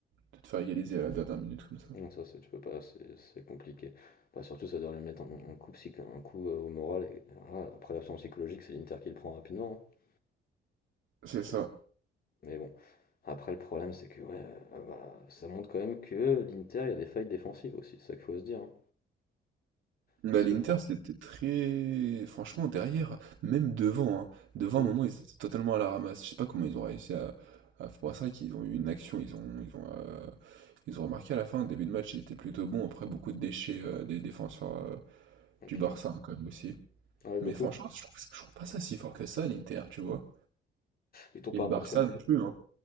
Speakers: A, on the right (about 80°); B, on the left (about 50°).
A: de te faire égaliser à la dernière minute comme ça.
B: Non, ça c'est tu peux pas, c'est c'est compliqué. Bah, surtout, ça doit lui mettre un, un coup psy, un coup euh, au moral. Et, voilà. après, l'absence psychologique, c'est l'Inter qui le prend rapidement. hein.
A: C'est ça.
B: C'est- Mais bon, après, le problème, c'est que ouais, euh, bah, ça montre quand même que l'Inter, il y a des failles défensives aussi, c'est ça qu'il faut se dire. hein.
A: Bah,
B: Parce
A: l'Inter,
B: que prend.
A: c'était très... Franchement, derrière, même devant, hein, devant,
B: Mm.
A: à un moment, ils étaient totalement à la ramasse. Je sais pas comment ils ont réussi à... à... C'est pour ça qu'ils ont eu une action, ils ont... Ils ont euh, Ils ont remarqué à la fin, au début de match, ils étaient plutôt bons. Après, beaucoup de déchets euh, des défenseurs euh,
B: Ok.
A: Du Barça, hein, quand même aussi.
B: Ah ouais, beaucoup.
A: Mais franchement, je trouve, je trouve pas ça si fort que ça, l'Inter, tu vois.
B: Ils t'ont
A: Et
B: pas
A: le
B: impressionné,
A: Barça non
B: quoi.
A: plus, hein.